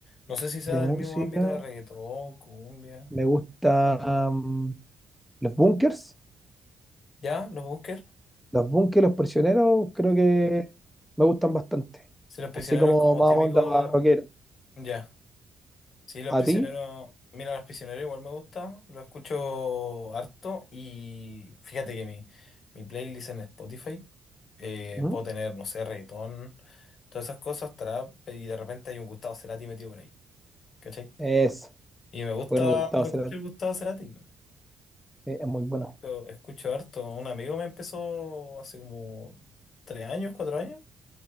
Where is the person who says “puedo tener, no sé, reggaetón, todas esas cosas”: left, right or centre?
Left